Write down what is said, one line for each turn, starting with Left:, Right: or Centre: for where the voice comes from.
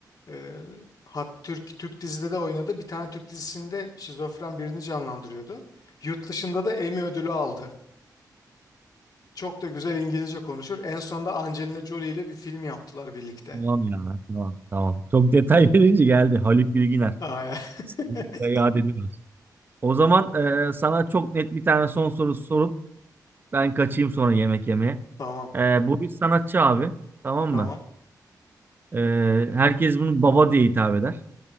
Left: Ee, hat Türk Türk dizide de oynadı. Bir tane Türk dizisinde şizofren birini canlandırıyordu. Yurt dışında da Emmy ödülü aldı. Çok da güzel İngilizce konuşur. En sonunda Angelina Jolie ile bir film yaptılar birlikte.
Right: Tamam ya. Tamam tamam. Çok detay <laughs> verince geldi. Haluk Bilginer.
Left: Aa, <laughs>
Right: Saygıyla Yad ediyoruz. O zaman e, sana çok net bir tane son soru sorup ben kaçayım sonra yemek yemeye.
Left: Tamam,
Right: E, bu bir sanatçı abi. Tamam
Left: tamam.
Right: mı? E, herkes bunu baba diye hitap eder.